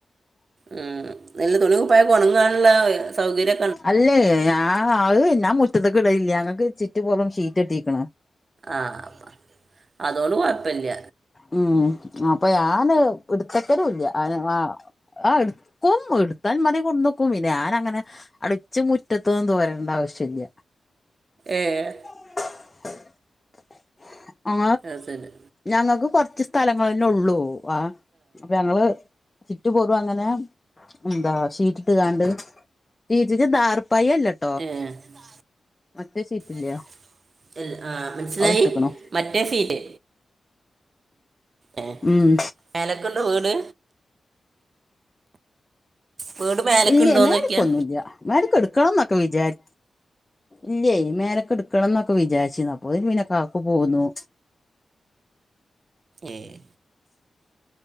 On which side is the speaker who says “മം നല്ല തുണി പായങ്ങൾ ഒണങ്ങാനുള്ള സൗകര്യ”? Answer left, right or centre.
Right